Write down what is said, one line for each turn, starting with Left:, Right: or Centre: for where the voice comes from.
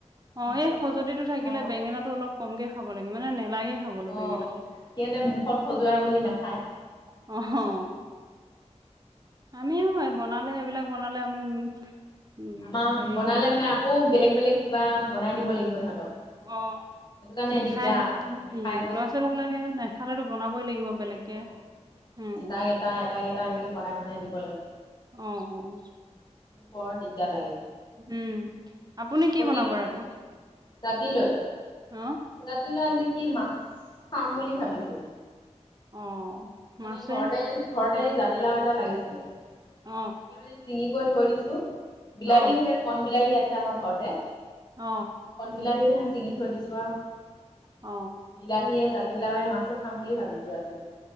Right: অ
Left: মুখত
Right: এই খজুতিটো থাকিলে
Left: অ
Right: বেঙেনাটো অলপ কমকৈ খাব লাগে মানে নেলাগে খাবলৈ
Left: অ
Right: বেঙেনাটো
Left: সিহঁতে মুখত খজুৱাই বুলি নাখায়
Right: অ অ'। আমিও বনালে এইবিলাক বনালে আমি উম
Left: আমাৰ
Right: হেৰি
Left: বনালে মানে আকৌ বেলেগ বেলেগ কিবা বনাই দিব লাগিব সিহঁতক।
Right: অ',
Left: সেইটো কাৰণে
Right: নেখাই
Left: দিগদাৰ নেখায়
Right: উম
Left: যে
Right: লৰা ছোৱালী বিলাকে নেখালো বনাবই লাগিব
Left: অ',
Right: বেলেগকে, উম।
Left: এটাক এটা এটাক এটা এনেকে বনাই বনাই দিব লাগে।
Right: অ' অ'।
Left: বৰ দিগ তেতিয়া লাগে।
Right: উম আপুনি কি
Left: প্ৰতিটো,
Right: বনাব ৰাতি
Left: ৰাতিলৈ
Right: অ
Left: ৰাতিলৈ আজি কি মাছ, খাম বুলি ভাবিছো।
Right: অ'। মাছে
Left: মানে ঘৰতে ঘৰতে জাতিলাও
Right: অ
Left: এটা লাগিছিলে।
Right: অ
Left: তাকে মানে চিঙি কত ধৰিছোঁ। বিলাহীও
Right: অ
Left: হে কন বিলাহী আছে। আমাৰ ঘৰতে
Right: অ
Left: কন বিলাহী হেন ছিঙি থৈ দিছো আৰু।
Right: অ
Left: বিলাহীয়ে জাতিলাওে মাছে খাম বুলি ভাবিছো ৰাতিলৈ।